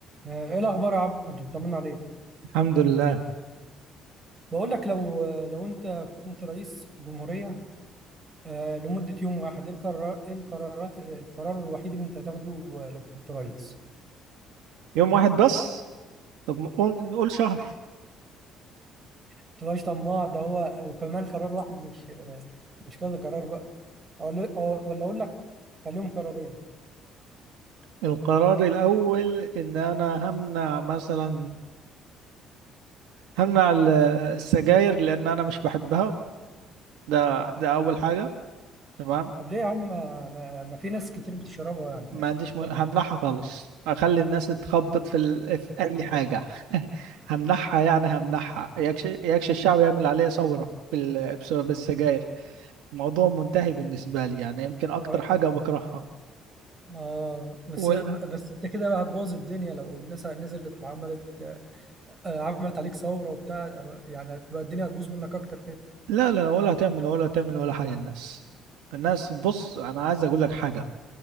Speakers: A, on the right; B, on the right.
A: آه، ايه الاخبار يا عبدو طمنا عليك
B: الحمد لله
A: بقول لك لو آه، لو انت كنت رئيس جمهورية آه، لمدة يوم واحد ايه القرار ايه القرارات القرار الوحيد اللي انت هتاخده آه، لو كنت رئيس
B: يوم واحد بس طب نقول نقول شهر
A: ما تبقاش طماع ده هو وكمان قرار واحد مش آه، مش كذا قرار بقى أقول- أو- ولا اقول لك خليهم قرارين
B: القرار الأول إن أنا همنع مثلا همنع ال- السجاير لأن أنا مش بحبها ده ده أول حاجة تمام
A: طب ليه يا عم ما, ما ما في ناس كتير بتشربها يعني
B: ما عنديش م...
A: طب
B: همنعها خالص أخلي الناس تخبط في ال... في أي حاجة <laughs> همنعها يعني همنعها يكش... يكش الشعب يعمل عليا ثورة بال... بسبب السجاير الموضوع منتهي بالنسبة لي يعني يمكن أكتر
A: <laughs>
B: حاجة بكرهها
A: اه بس
B: وال...
A: بس انت كده بقى هتبوظ الدنيا لو الناس نزلت وعملت آه، آه، عملت عليك ثورة وبتاع يعني هتبقى الدنيا هتبوظ منك اكتر كده
B: لا لا لا، ولا هتعمل ولا هتعمل ولا حاجة الناس الناس بص أنا عايز أقول لك حاجة